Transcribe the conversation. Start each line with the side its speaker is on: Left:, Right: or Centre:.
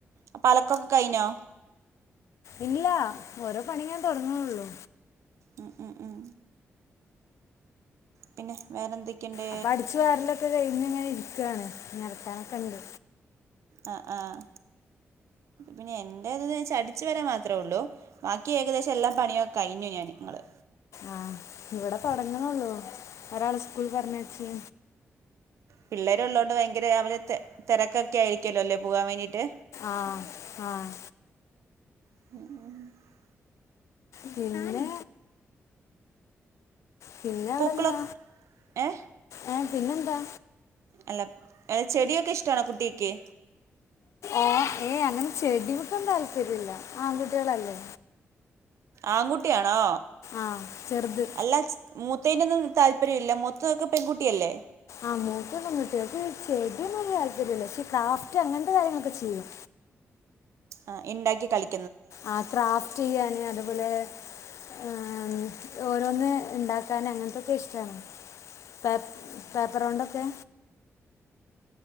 Right: അപ്പൊ അലക്കൊക്കെ കഴിഞ്ഞോ?
Left: ഇല്ലാ ഓരോ പണി ഇങ്ങനെ തൊട്ങ്ങ്ണൊള്ളു.
Right: ഉം ഉം ഉം പിന്നെ വേറെന്തൊക്കെണ്ട്?
Left: ഇപ്പ അടിച്ച് വാരലക്കെ കഴിഞ്ഞ് ഇങ്ങനെ ഇരിക്കാണ് ഇഞ് അലക്കാനൊക്കെണ്ട്
Right: ആഹ് ആഹ് പിന്നെ എന്റേത് വെച്ചാ അടിച്ചു വരാൻ മാത്രേ ഉള്ളൂ. ബാക്കി ഏകദേശം എല്ലാം പണിയോക്കയിഞ്ഞു ഞാൻ ങ്ങള്
Left: ആ ഇവ്ടെ തൊട്ങ്ങ്ണൊള്ളൂ ഒരാളെ സ്കൂൾ പർഞ്ഞയ്ച്ച്
Right: പിള്ളേരൊള്ളോണ്ട് ഭയങ്കര അവര് തെ തെരക്കക്കെ ആയിരിക്കല്ലോ ല്ലേ പോവാൻ വേണ്ടീട്ട്.
Left: ആഹ് ആഹ്
Right: <unintelligible>
Left: പിന്നെ പിന്നെ അവ്ടെന്താ
Right: പൂക്കളൊ ഏ
Left: ഏ പിന്നെന്താ?
Right: അല്ല. ഏഹ് ചെടിയക്കെ ഇഷ്ട്ടാണോ കുട്യേക്ക്.
Left: ആഹ് ഏയ് അങ്ങനെ ചെടി മക്കൊന്നും താല്പര്യല്ല. ആങ്കുട്യളല്ലേ.
Right: ആങ്കുട്ടിയാണോ?
Left: ആഹ് ചെർത്.
Right: അല്ല മുത്തേനൊന്നും താല്പര്യമില്ല. മൂത്തതൊക്കെ പെൺകുട്ടിയല്ലേ?
Left: ആഹ് മൂത്ത പെൺകുട്ട്യാ ഓൾക്ക് ചെടിയൊന്നും വല്ല്യ താല്പര്യല്ല പക്ഷേ ക്രാഫ്റ്റ് അങ്ങൻത്തെ കാര്യങ്ങളൊക്കെ ചെയ്യും
Right: ആഹ് ഇണ്ടാക്കി കളി
Left: ആഹ് ക്രാഫ്റ്റയ്യാന്. അതുപോലെ ഏഹ് ഓരോന്ന് ഇണ്ടാക്കാന് അങ്ങൻത്തൊക്കെ ഇഷ്ട്ടാണ് പേ പേപ്പറ് കൊണ്ടൊക്കെ